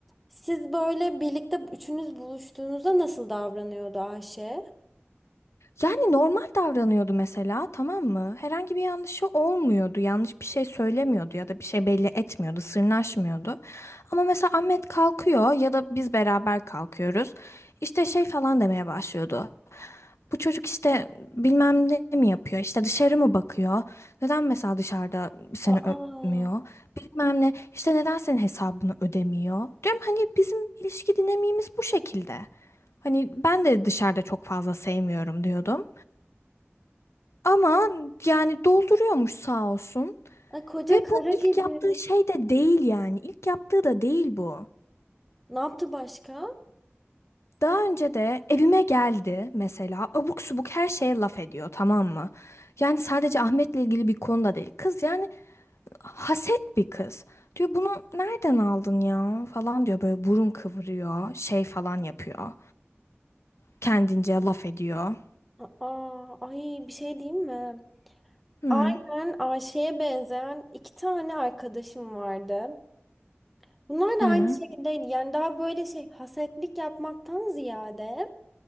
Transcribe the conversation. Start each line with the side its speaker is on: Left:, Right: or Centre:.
Centre: siz böyle birlikte üçünüz buluştuğunuzda nasıl davranıyordu Ayşe?
Left: Yani normal davranıyordu mesela, tamam mı? Herhangi bir yanlışı olmuyordu. Yanlış bir şey söylemiyordu ya da bir şey belli etmiyordu, sırnaşmıyordu. Ama mesela Ahmet kalkıyor ya da biz beraber kalkıyoruz. İşte şey falan demeye başlıyordu. Bu çocuk işte bilmem ne mi yapıyor, işte dışarı mı bakıyor? Neden mesela dışarıda seni
Centre: Aa,
Left: öpmüyor? Bilmem ne, işte neden senin hesabını ödemiyor? Diyorum hani bizim ilişki dinamiğimiz bu şekilde. Hani ben de dışarıda çok fazla sevmiyorum diyordum. Ama yani dolduruyormuş sağ olsun.
Centre: ay koca
Left: Ve
Centre: kara
Left: bu ilk
Centre: gibi.
Left: yaptığı şey de değil yani. İlk yaptığı da değil bu.
Centre: Ne yaptı başka?
Left: Daha önce de evime geldi mesela abuk subuk her şeye laf ediyor tamam mı? Yani sadece Ahmet'le ilgili bir konuda değil. Kız yani haset bir kız. Diyor bunu nereden aldın ya falan diyor böyle burun kıvırıyor şey falan yapıyor. Kendince laf ediyor.
Centre: Aa, ay bir şey diyeyim mi?
Left: Hı.
Centre: Aynen Ayşe'ye benzeyen iki tane arkadaşım vardı. Bunlar da
Left: Hı.
Centre: aynı şekildeydi. Yani daha böyle şey hasetlik yapmaktan ziyade